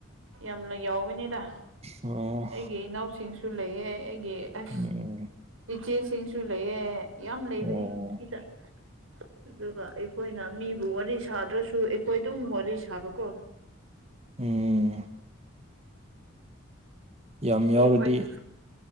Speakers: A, on the right; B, on the right.
A: ꯌꯥꯝꯅ ꯌꯥꯎꯋꯅꯤꯗ
B: ꯑꯣ
A: ꯑꯩꯒꯤ ꯏꯅꯥꯎꯁꯤꯡꯁꯨ ꯂꯩꯌꯦ ꯑꯩꯒꯤ ꯑꯁ
B: ꯎꯝ
A: ꯏꯆꯦꯁꯤꯡꯁꯨ ꯂꯩꯌꯦ ꯌꯥꯝ ꯂꯩꯕꯅꯤ
B: ꯑꯣ
A: ꯁꯤꯗ ꯑꯗꯨꯒ ꯑꯩꯈꯣꯏꯅ ꯃꯤꯕꯨ ꯋꯥꯔꯤ ꯁꯥꯗ꯭ꯔꯁꯨ ꯑꯩꯈꯣꯏ ꯑꯗꯨꯝ ꯋꯥꯔꯤ ꯁꯥꯕꯀꯣ
B: ꯎꯝ ꯌꯥꯝ
A: ꯁꯤ
B: ꯌꯥꯎꯔꯗꯤ
A: ꯑꯩꯈꯣꯏꯁꯨ